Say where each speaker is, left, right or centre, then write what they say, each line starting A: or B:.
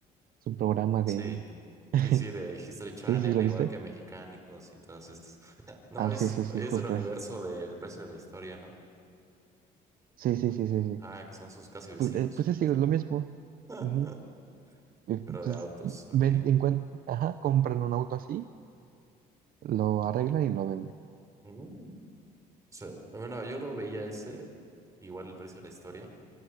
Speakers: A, on the right; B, on the right.
A: Es un programa
B: Sí,
A: de... <laughs>
B: sí, sí, de History Channel,
A: Sí, sí, ¿lo
B: igual
A: viste?
B: que Mexicánicos y todas estas. <laughs> No,
A: Ah,
B: es,
A: sí, sí, sí,
B: es
A: justo
B: del universo
A: eso.
B: del precio de la historia, ¿no?
A: Sí, sí, sí, sí, sí.
B: Ah, que son sus casi vecinos.
A: Pues, eh, pues es igual, lo mismo.
B: <laughs>
A: Ujú. Eh,
B: Pero de
A: Pues,
B: autos, ok.
A: ven- encuent- ajá, compran un auto así, lo arreglan y lo venden.
B: Mm. O sea, bueno, yo lo veía ese, igual el precio de la historia.